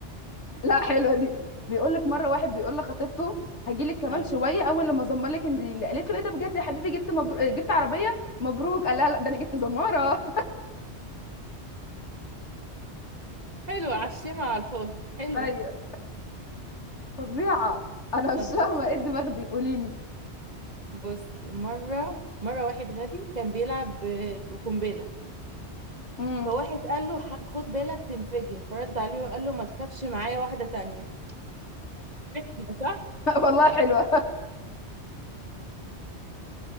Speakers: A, on the left (about 85°); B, on the right (about 35°).
A: لا حلوه دي بيقول لك مره واحد بيقول لخطيبته هجي
B: <laughs>
A: لك كمان
B: اه
A: شويه اول لما ازمر لك انزلي قالت له ايه ده بجد يا حبيبي جبت مبرو... جبت عربيه مبروك قال لها لا ده انا جبت زماره
B: حلوه على الشمع على الفاضي حلوه
A: <laughs> ايوه فظيعه انا مش
B: طب
A: فاهمه
B: بص
A: ايه الدماغ دي قولي لي
B: بص مره مره واحد غبي كان بيلعب ب- بقنبله
A: امم
B: فواحد قال له "ح- خد بالك تنفجر فرد عليه وقال له ما تخافش معايا واحده تانية <laughs> صح
A: <laughs> والله حلوه